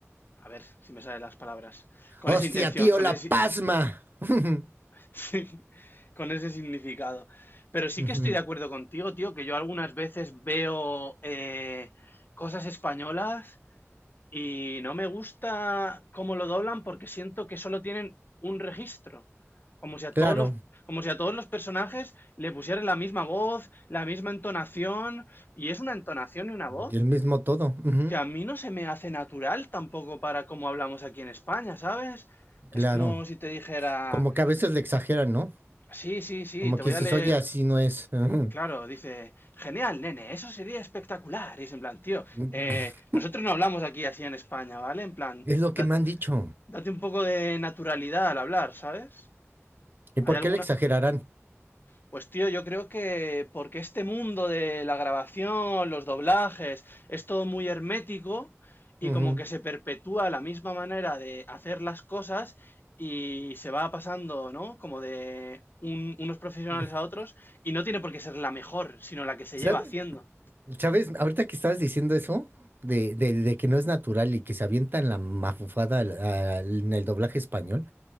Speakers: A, on the left; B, on the right.
A: a ver si me salen las palabras, con
B: Hostia,
A: esa intención,
B: tío,
A: con
B: la
A: ese,
B: pasma. <laughs>
A: si- <laughs> con ese significado. Pero sí
B: Ujú.
A: que estoy de acuerdo contigo, tío, que yo algunas veces veo eh, cosas españolas Y no me gusta cómo lo doblan porque siento que solo tienen un registro. Como si a todos
B: Claro,
A: los, como si a todos los personajes le pusieran la misma voz, la misma entonación. Y es una entonación y una voz
B: y el mismo todo. Ujú.
A: que a mí no se me hace natural tampoco para cómo hablamos aquí en España, ¿sabes? Es
B: Claro.
A: como si te dijera,
B: Como que a veces le exageran, ¿no?
A: sí, sí, sí,
B: Como
A: te
B: que
A: voy
B: dices,
A: a leer.
B: oye, así no es. Ujú.
A: Claro, dice, genial, nene, eso sería espectacular. Y es en plan, tío,
B: <laughs>
A: eh, nosotros no hablamos aquí así en España, ¿vale? En plan,
B: Es lo
A: da-
B: que me han dicho.
A: Date un poco de naturalidad al hablar, ¿sabes?
B: ¿Y
A: Hay
B: por
A: alguna.
B: qué le exagerarán?
A: Pues tío, yo creo que porque este mundo de la grabación, los doblajes, es todo muy hermético y
B: Ujú.
A: como que se perpetúa la misma manera de hacer las cosas y se va pasando, ¿no? Como de un- unos profesionales
B: <laughs>
A: a otros y no tiene por qué ser la mejor, sino la que se
B: Sa-
A: lleva haciendo.
B: ¿Sabes? Ahorita que estabas diciendo eso, de, de- de que no es natural y que se avientan la mafufada al- al- en el doblaje español,